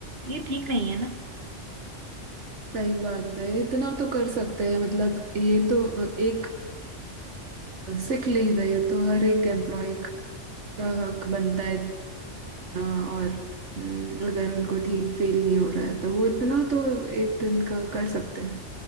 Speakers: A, on the right (about 55°); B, on the right (about 70°).
A: ये ठीक नहीं है ना
B: सही बात है इतना तो कर सकते हैं मतलब ये तो अ, एक सिक लीव है ये तो हर एक एम्प्लॉय का हक बनता है हाँ, और हम्म, अगर उनको ठीक फील नहीं हो रहा है तो वो इतना तो एक दिन का कर सकते हैं